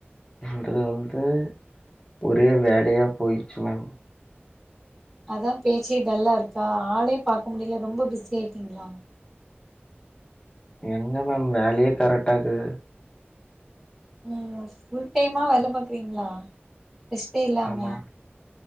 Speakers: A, on the left (about 25°); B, in the centre.
A: இன்றைய வந்து ஒரே வேலையா போயிடுச்சு மேம்
B: அதா பேச்சே டல்லா இருக்கா ஆளே பாக்க முடில ரொம்ப பிஸி ஆயிட்டீங்களா
A: எங்க மேம் வேலையே கரெக்டா இருக்கு
B: உம் ஃபுல் டைமா வேல பாக்குறீங்களா ரெஸ்டே இல்லாம
A: ஆமா